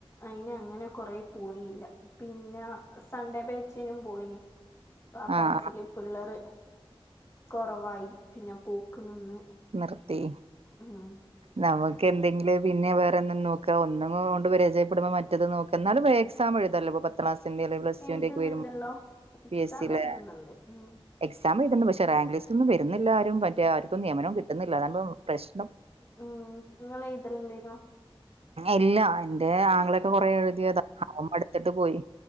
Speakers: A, on the left; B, on the right.
A: അയിന് അങ്ങന കൊറേ പോയില്ല പിന്ന സൺഡേ ബാച്ചിനും പോയിനി ആ
B: ആഹ്
A: ബാച്ചില് പിള്ളര് കൊറവായി പിന്നെ പോക്ക് നിന്ന്
B: നിർത്തി
A: ഉം
B: നമ ക്ക് എന്തെങ്കില് പിന്നെ വേറെ എന്നും നോക്ക ഒന്നും കൊണ്ട് പരാജയപ്പെടുമ്പോ മറ്റത് നോക്ക എന്നാലും എക്സാം എഴുതാല്ലോപ്പ പത്താളാസ് റ്റന്റെലേം പ്ലസ്ടുവിന്റേംക്കെ
A: എഴുതുന്നുണ്ടല്ലോ
B: വരുമ്പോ
A: എക്സാം
B: പി എസ് സിലെ
A: എഴുതുന്നുണ്ട് ഉം
B: എക്സാമ് ണ്ട് പക്ഷേ റാങ്ക്ലിസ്‌റ്റൊന്നും വരുന്നില്ലാരും പറ്റേ ആര്ക്കും നിയമനോം കിട്ടുന്നില്ല അതാണിപ്പോ പ്രശ്നം
A: ഉം നിങ്ങളെഴുതലുണ്ടേനോ?
B: ഇല്ലാ എന്റെ ആങ്ങളേക്കെ കൊറെ എഴുതിയതാ അവമടുത്തിട്ട് പോയി